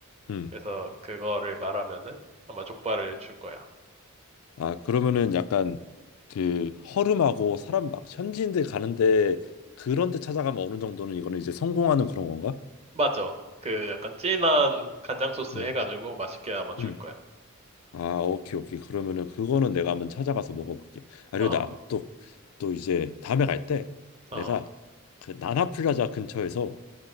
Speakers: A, on the left; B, on the right.
A: 응.
B: 그래서 그거를 말하면은 아마 족발을 줄 거야.
A: 아, 그러면은 약간 그 허름하고 사람 막 현지인들 가는데 그런 데 찾아가면 어느 정도는 이거는 이제 성공하는 그런 건가?
B: 맞아. 그 약간 진한 간장 소스
A: 응,
B: 해가지고 맛있게 아마 줄
A: 응.
B: 거야.
A: 아, 오케이, 오케이. 그러면은 그거는 내가 한번 찾아가서 먹어볼게. 아,
B: 어,
A: 그리고 나 또, 또 이제 다음에 갈 때
B: 어.
A: 내가 그 나나플라자 근처에서